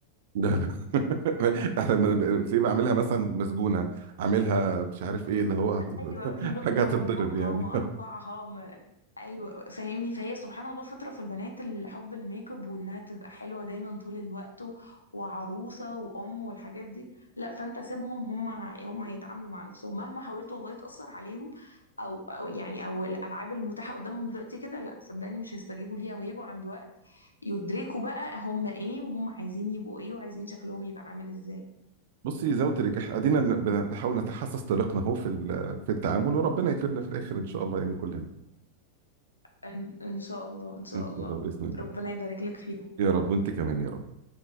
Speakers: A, on the right (about 55°); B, on the left (about 75°).
A: ده لا. <laughs> احنا بن- بن- تلاقيه <laughs> بعملها مثلا مسجونة عاملها مش عارف ايه اللي هو هت-
B: ايوه
A: <laughs>
B: بالظبط
A: حاجة
B: ممرمطها
A: هتتضرب يعني
B: مقطعها ما... ايوه فاهمني فهي سبحان الله فطره في البنات الحب الميك اب وانها تبقى حلوه دايما طول الوقت و... وعروسه وام والحاجات دي لا فانت سيبهم هم هم هيتعاملوا مع نفسهم مهما حاولت والله تاثر عليهم او او يعني او الالعاب المتاحه قدامهم دلوقتي كده لا صدقني مش هيستجيبوا ليها وهيجوا عند وقت يدركوا بقى هم ايه وهم عايزين يبقوا ايه وعايزين شكلهم يبقى عامل ازاي
A: بصي زي ما قلت لك احنا ادينا بن- بن- بنحاول نتحسس طريقنا اهو في ال- في التعامل وربنا يكرمنا في الاخر ان شاء الله يعني كلنا
B: ان إن شاء الله ان شاء
A: ان
B: الله
A: شاء الله باذن الله
B: ربنا يبارك لك فيهم
A: يا رب وانت كمان يا رب